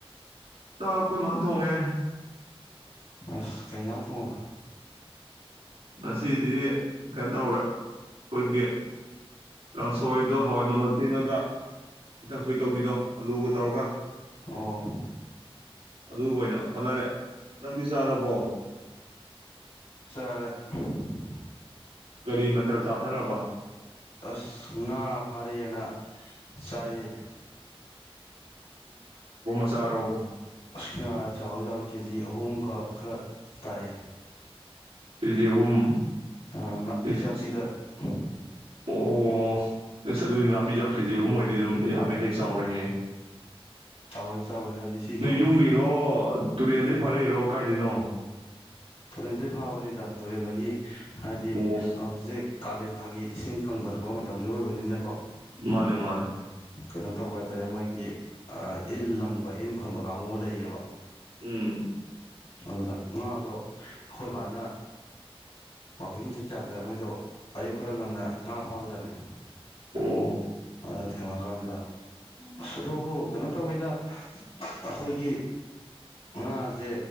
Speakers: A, on the right; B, on the left.
A: ꯆꯥꯛ ꯑꯩꯈꯣꯏ ꯃꯅꯥ ꯊꯣꯡꯉꯦ
B: ꯑꯁ ꯀꯩꯩ ꯍꯦꯟꯖꯥꯡ ꯊꯣꯡꯉꯥꯕ
A: ꯉꯥꯁꯤꯗꯤ ꯀꯩꯅꯣ ꯇꯧꯔꯦ ꯑꯩꯈꯣꯏꯒꯤ ꯀꯥꯡꯁꯣꯏꯗꯣ ꯍꯋꯥꯏ ꯃꯪꯒꯜ ꯊꯤꯡꯉꯥꯒ ꯀꯥꯡꯁꯣꯏ ꯇꯧꯕꯤꯗꯣ ꯑꯂꯨꯒ ꯇꯧꯔꯒ
B: ꯑꯣ
A: ꯑꯗꯨ ꯑꯣꯏꯅ ꯍꯣꯠꯅꯔꯦ ꯅꯪꯗꯤ ꯆꯥꯥꯔꯕꯣ
B: ꯑꯔꯦ ꯎꯝ
A: ꯀꯔꯤ ꯃꯊꯦꯜ ꯆꯥꯊꯥꯔꯕ
B: ꯑꯁ ꯉꯥ ꯐꯔꯛꯑꯦꯅ ꯆꯥꯏꯌꯦ
A: ꯆꯥꯔꯣ
B: ꯑꯁ ꯉꯥ ꯆꯥꯎꯗꯤ ꯆꯥꯥꯎꯋꯦ ꯀꯦ ꯖꯤ ꯑꯍꯨꯝꯒ ꯈꯔ ꯇꯥꯏꯌꯦ
A: ꯀꯦꯖꯤ ꯑꯍꯨꯝ
B: ꯑꯥ ꯅꯥꯄꯤ
A: ꯏꯁ
B: ꯆꯥꯕꯤꯗ ꯎꯝ
A: ꯑꯣ ꯑꯁ ꯑꯗꯨꯗꯤ ꯅꯥꯄꯤ ꯆꯥꯕꯤ ꯀꯦꯖꯤ ꯑꯍꯨꯝ ꯑꯣꯢ ꯗꯤ ꯑꯗꯨꯝ ꯌꯥꯝꯃꯦꯍꯦ ꯆꯥꯎꯔꯦꯍꯦ
B: ꯆꯥꯎꯋꯦ ꯆꯥꯎꯋꯦ ꯍꯥꯏꯗꯤ ꯁꯤꯁꯨ
A: ꯅꯣꯏ ꯌꯨꯝꯒꯤꯔꯣ ꯇꯨ꯭ꯔꯔꯦꯟꯗꯩ ꯐꯥꯔꯛꯢꯔꯣ ꯀꯥꯏꯗꯩꯅꯣ
B: ꯇꯨꯔꯦꯟꯗꯒꯤ ꯐꯥꯕꯅꯤꯗ ꯇꯨꯔꯦꯟꯗꯒꯤ ꯍꯥꯏꯗꯤ
A: ꯑꯣ
B: ꯍꯧꯖꯤꯛ ꯀꯥꯂꯦꯟ ꯊꯥꯒꯤ ꯏꯁꯤꯡ ꯀꯪꯡꯊꯔꯛꯄ ꯃꯇꯝꯁꯨ ꯑꯣꯏꯕ ꯅꯤꯅꯀꯣ
A: ꯃꯥꯅꯦ ꯃꯥꯅꯦ
B: ꯀꯩꯅꯣ ꯇꯧꯕ ꯍꯥꯏꯇꯥꯔꯦ ꯃꯣꯏꯒꯤ ꯏꯟ ꯂꯪꯡꯕ ꯏꯟ ꯈꯣꯟꯕ ꯀꯥꯡꯒꯨꯒ ꯂꯩꯌꯦꯕ
A: ꯎꯝ
B: ꯑꯗꯨꯗ ꯉꯥꯗꯣ ꯑꯩꯈꯣꯏ ꯕꯥꯅ ꯋꯥꯛꯀꯤꯡ ꯆꯠ ꯆꯥꯟꯗ ꯃꯣꯏꯗꯣ ꯑꯌꯨꯛ ꯈꯔ ꯉꯟꯅ ꯉꯥ ꯐꯥꯕꯖꯥꯠꯅꯦ
A: ꯑꯣ
B: ꯑꯗ ꯊꯦꯡꯅꯀꯥꯟꯗ ꯑꯁ ꯑꯗꯨꯕꯨ ꯀꯩꯅꯣ ꯇꯧꯋꯤꯗ ꯑꯩꯈꯣꯏꯒꯤ ꯉꯥꯁꯦ